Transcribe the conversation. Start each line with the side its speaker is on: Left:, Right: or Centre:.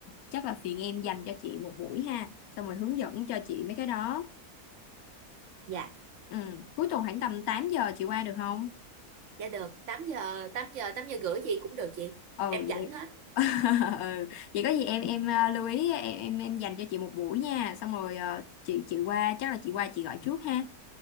Left: chắc là phiền em dành cho chị một buổi ha xong rồi hướng dẫn cho chị mấy cái đó
Right: dạ
Left: ừ. Cuối tuần khoảng tầm 8 giờ chị qua được không?
Right: dạ được tám giờ tám giờ 8 giờ rưỡi gì cũng được chị
Left: ừ
Right: em rảnh
Left: vậy
Right: hết
Left: <laughs> ừ. vậy có gì em em ờ, lưu ý ờ, em em em dành cho chị một buổi nha xong rồi ờ, chị chị qua chắc là chị qua chị gọi trước ha